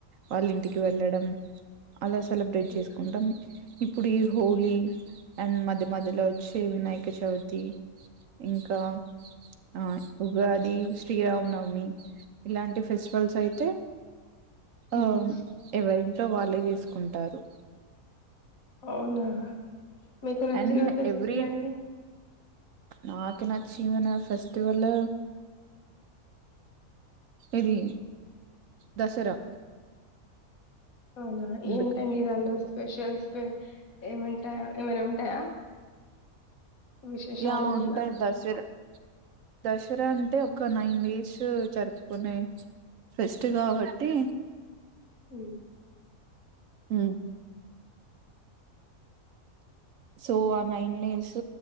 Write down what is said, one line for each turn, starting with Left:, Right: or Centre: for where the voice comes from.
Right: వాళ్ళ ఇంటికి వెళ్ళడం అలా సెలబ్రేట్
Left: ఉమ్.
Right: చేసుకుంటాం ఇ పుడి హోలీ అండ్ మధ్య మధ్యలో వచ్చి వినాయక చవితి ఇంకా ఆ ఉగాది శ్రీరామనవమి ఇలాంటి ఫెస్టివల్స్ అయితే
Left: ఉమ్.
Right: ఆ ఎవరి చో వాళ్ళే చేసుకుంటారు
Left: అవునా మీకు నచ్చిన
Right: అండ్
Left: ఫెస్టివల్
Right: ఎవ్రీ
Left: అండి
Right: నాకు నచ్చిన ఫెస్టివల్ ఇది దసరా
Left: అవునా
Right: ఎందుకు
Left: ఏంటండి దానిలో స్పెషల్ ఏమంటాయా ఏమనా ఉంటాయా విశేషాలు
Right: యా
Left: ఏమన్నా
Right: ఉంటాయిదసరా దసరా అంటే ఒక నైన్ డే జరుపుకునే ఫెస్ట్ కాబట్టి
Left: ఊ
Right: హు సో ఆ నైన్ నైస్